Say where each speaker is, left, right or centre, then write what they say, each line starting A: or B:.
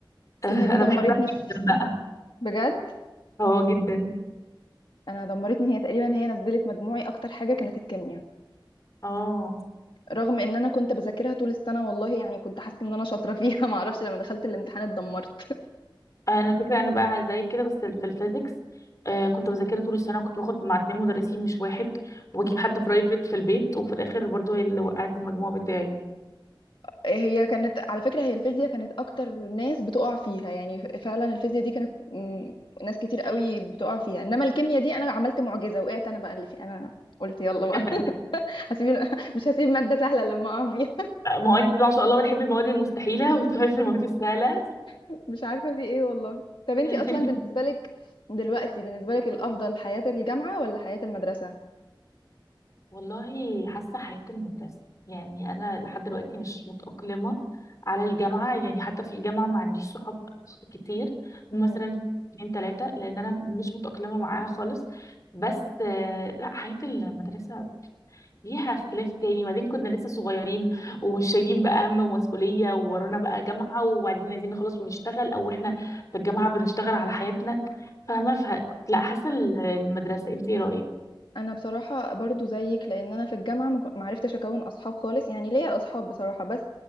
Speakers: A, on the left (about 75°); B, on the left (about 40°).
A: الكيمياء
B: <laughs> أنا
A: دي دمرتني
B: بحبها جدا
A: في
B: بقى
A: بجد
B: اه جدا
A: انا دمرتني هي تقريبا هي نزلت مجموعي اكتر حاجة كانت الكيمياء
B: اه
A: رغم ان انا كنت بذاكرها طول السنة والله يعني كنت حاسة ان انا شاطرة فيها <laughs> ما اعرفش لما دخلت الامتحان اتدمرت
B: انا فكره انا بقى زي كده بس في الفيزيكس آه كنت بذاكرها طول السنه وكنت باخد مع اتنين مدرسين مش واحد وبجيب
A: <laughs>
B: حد برايفت في البيت وفي الاخر برضو هي اللي وقعت المجموع بتاعي
A: هي كانت على فكرة هي الفيزياء كانت أكتر ناس بتقع فيها يعني ف- فعلا الفيزياء دي كانت مم، ناس كتير قوي بتقع فيها إنما الكيمياء دي أنا عملت معجزة وقعت أنا بقى اللي في أنا قلت يلا بقى
B: <laughs>
A: <laughs> هسيب ال- مش هسيب مادة سهلة لما أقع فيها
B: ما هو انت ما شاء الله بتحبي المواد المستحيله <laughs> وتعرفي المواد السهله
A: <laughs> مش عارفة في إيه والله طب أنتي
B: <laughs>
A: أصلا بالنسبة لك دلوقتي بالنسبة لك الأفضل حياة الجامعة ولا حياة المدرسة؟
B: والله حاسة حياة المدرسة يعني أنا لحد دلوقتي مش متأقلمة على الجامعة يعني حتى في الجامعة ما عنديش صحاب كتير مثلا
A: امم
B: اتنين تلاتة لأن أنا مش متأقلمة معاها خالص بس آه، لا حياة المدرسة ليها اختلاف تاني وبعدين كنا لسه صغيرين ومش شايلين بقى هم ومسؤولية وورانا
A: اه
B: بقى جامعة وبعدين عايزين نخلص ونشتغل أو إحنا في الجامعة بنشتغل على حياتنا فاهمة ف... لا حاسة المدرسة انتي إيه رأيك؟
A: انا بصراحه برضو زيك لان انا في الجامعه ما كن- ما عرفتش اكون اصحاب خالص يعني ليا اصحاب بصراحه بس